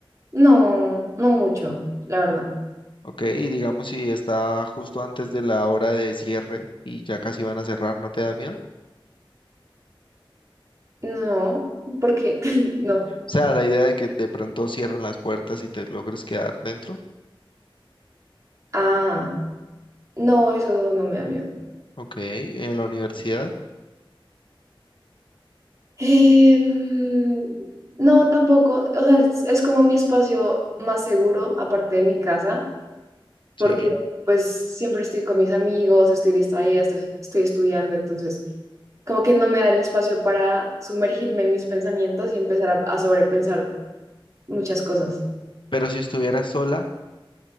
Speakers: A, on the right; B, on the left.
A: no, no mucho, la verdad.
B: Ok. Y digamos, si está justo antes de la hora de cierre y ya casi van a cerrar, ¿no te da miedo? O
A: No, porque <laughs> no.
B: sea, la idea de que de pronto cierren las puertas y te logres quedar dentro.
A: Ah, no, eso no me da miedo.
B: Ok. En la universidad,
A: Em, no, tampoco. O sea, es, es como mi espacio más seguro, aparte de mi casa, porque
B: sí.
A: pues siempre estoy con mis amigos, estoy distraída, estoy, estoy estudiando, entonces como que no me da el espacio para sumergirme en mis pensamientos y empezar a, a sobrepensar muchas cosas.
B: Pero si estuvieras sola.